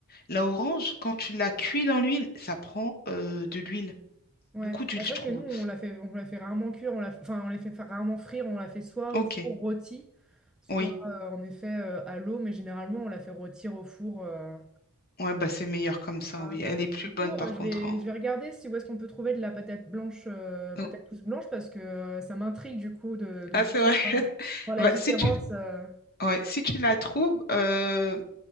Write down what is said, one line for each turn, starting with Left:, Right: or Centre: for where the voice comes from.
Left: La orange, quand tu la cuis dans l'huile, ça prend euh, de l'huile,
Centre: Ouais,
Left: beaucoup d'huile,
Centre: Bah, c'est
Left: je
Centre: vrai
Left: trouve.
Centre: que nous, on la fait, on la fait rarement cuire, on la, enfin, on les fait fa- rarement frire, on la fait soit
Left: Ok,
Centre: au four rôti, soit
Left: oui,
Centre: euh, en effet euh, à l'eau, mais généralement, on la fait rôtir au four. euh.
Left: ouais, bah c'est meilleur comme ça,
Centre: Ah,
Left: oui.
Centre: mais
Left: Elle est plus
Centre: du coup,
Left: bonne
Centre: euh,
Left: par
Centre: je
Left: contre.
Centre: vais,
Left: en-
Centre: je vais regarder si où est-ce qu'on peut trouver de la patate blanche, euh, patate
Left: Oh.
Centre: douce blanche, parce que euh, ça m'intrigue du coup de, de
Left: Ah,
Centre: goûter
Left: c'est vrai. <laughs>
Centre: voir voir la
Left: Bah,
Centre: différence.
Left: si tu,
Centre: euh.
Left: ouais, si tu la trouves, euh,